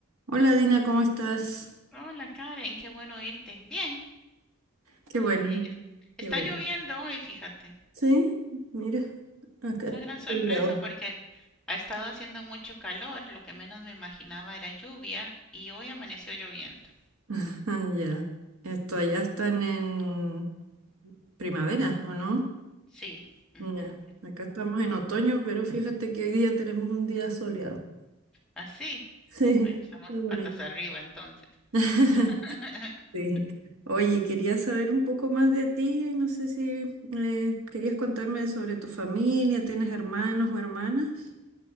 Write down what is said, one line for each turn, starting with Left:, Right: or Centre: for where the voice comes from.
Right: Hola Dina, ¿cómo estás?
Centre: Hola Karen, qué bueno oírte. Bien,
Right: Qué
Centre: todo
Right: bueno,
Centre: bien. Está
Right: qué bueno.
Centre: lloviendo hoy, fíjate.
Right: Sí, mira, acá
Centre: Una
Right: está
Centre: gran sorpresa
Right: soleado.
Centre: porque ha estado haciendo mucho calor, lo que menos me imaginaba era lluvia y hoy amaneció lloviendo.
Right: <laughs> Ah, ya. Esto allá están en primavera, ¿o no?
Centre: Sí. ujú.
Right: Ya. Acá estamos en otoño, pero fíjate que hoy día tenemos un día soleado.
Centre: Así.
Right: <laughs> Sí,
Centre: Bueno, estamos
Right: está bonito.
Centre: patas arriba entonces.
Right: <laughs>
Centre: <laughs>
Right: Sí. Oye, quería saber un poco más de ti. No sé si eh, querías contarme sobre tu familia. ¿Tienes hermanos o hermanas?